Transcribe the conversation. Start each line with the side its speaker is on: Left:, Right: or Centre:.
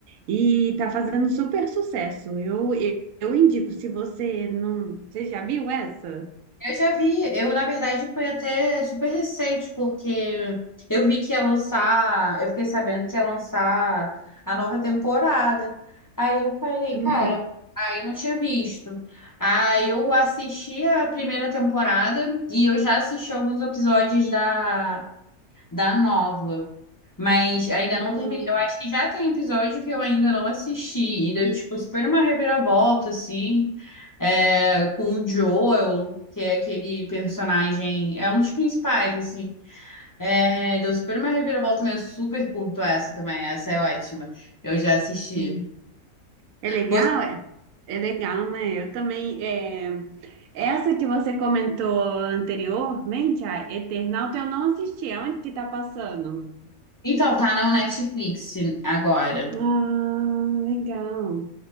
Right: E tá fazendo super sucesso. Eu, eu, eu indico, se você não. Você já viu essa?
Left: Eu já vi, eu na verdade foi até super recente, porque eu vi que ia lançar, eu fiquei sabendo que ia lançar a nova temporada. Aí eu falei,
Right: Hum,
Left: cara, aí eu não tinha visto. Aí eu assisti a primeira temporada e eu já assisti alguns episódios da da nova. Mas ainda
Right: hum,
Left: não terminei. Eu acho que já tem episódio que eu ainda não assisti. E deu, tipo, super uma reviravolta, assim. é, com o Joel, que é aquele personagem. É um dos principais, assim. É, deu super uma reviravolta, mas eu super curto essa também. Essa é ótima. Eu já assisti.
Right: hum. É legal,
Left: Você-
Right: é? É legal, né? Eu também. é, Essa que você comentou anteriormente, a Eternauta, eu não assisti. Aonde que tá passando?
Left: Então, tá no Netflix agora.
Right: Ah, legal.